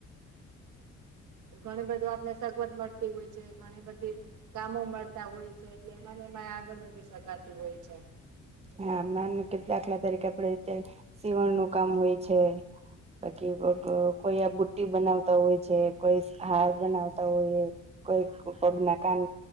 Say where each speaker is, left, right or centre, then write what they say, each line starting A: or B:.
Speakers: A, on the right; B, on the right.
A: ઘણી બધું આપને સગવત મળતી હોય છે ઘણી બધી કામો મળતા હોય છે એટલે એમાંને એમાં આગળ વધી શકાતું હોય છે
B: હા માનું કે દાખલા તરીકે આપડ સીવણ નું કામ હોય છે બાકી કોઈ આ બુટ્ટી બનાવતા હોય છે કોઈ હાર બનાવતા હોય કોઈક પગ ના કાન